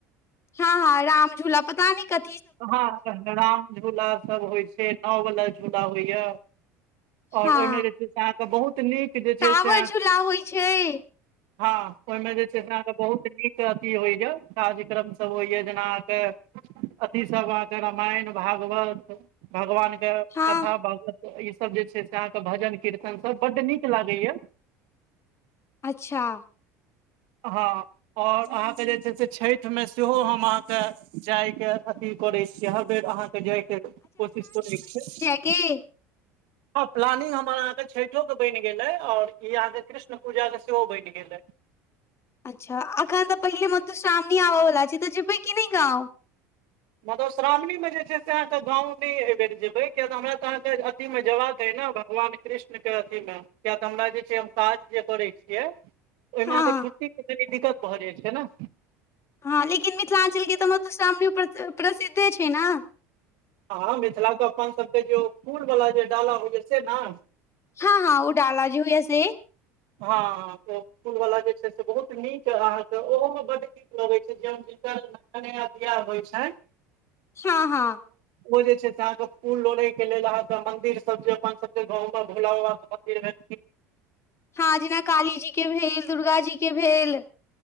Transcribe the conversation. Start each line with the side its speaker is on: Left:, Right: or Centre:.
Left: हँ हँ राम झूला पता नय क
Right: अहा राम झूला सब होइ छै नाव वला झूला होइया आओर
Left: हँ
Right: ओहिमे जे छै से अहाँके बहुत नीक जे
Left: टावर
Right: छै सेआयब
Left: झूला होइ छै
Right: हँ ओहिमे जे छै से अहाँके बहुत नीक अथी होइए कार्यक्रमसभ होइए जेना अहाँके अथी सब अहके रामायण भागवत भगवान के
Left: हँ
Right: कथा भवत इ सब जे छै से अहाँके भजन किर्तन सब बड निक लागैया
Left: अच्छा
Right: हँ आओर अहाँके जे छै से छठिमे सेहो हम अहाँके जायके अथी करैत छी हर बेर अहाँके तऽ जाइके कोशिश करै छै
Left: की
Right: हँ प्लानिंग हमर अहाँके छठोक के बनि गेलै और ई अहाँके कृष्ण पूजा के सेहो बनि गेलै।
Left: अच्छा अखन तऽ पहिले मतल सामने आबऽ वला छै तऽ जेबै की नहि गाँंव।
Right: मधुश्रावणीमे जे छै से अहाँके गाँव नहि एहिबर जेबै किय तऽ हमरा तऽ अहाँके अथीमे जबाक अय ने भगवान कृष्ण के अथी मे किय तऽ हमरा जे छै हम काज जे करै छियै ओहिमे
Left: हँ
Right: अहाँके छुट्टीे कनी दिक्कत भऽ जाइत छै न
Left: हँ लेकिन मिथिलाञ्चलके तऽ मधुश्रावणी प्रसिद्धे छै ने।
Right: हँ मिथिला के अपन सबके जेो फूल वाला जे डाला होइय छै से ने
Left: हां हां ओ डाला होईइए से।
Right: हँ फूल वला जे छै से बहुत नीक अहाँके ओहोमे ब-ड गै नया नया बियाह होइ छै
Left: हँ हँ।
Right: ओ जे छै से अहाँके फूल लोड़े के लेल अहाँके मंदिर सब जे अपन सब गाँव मे भोला बा के <inaudible>
Left: हँ जेना काली जी के भेल दुर्गा जी के भेल।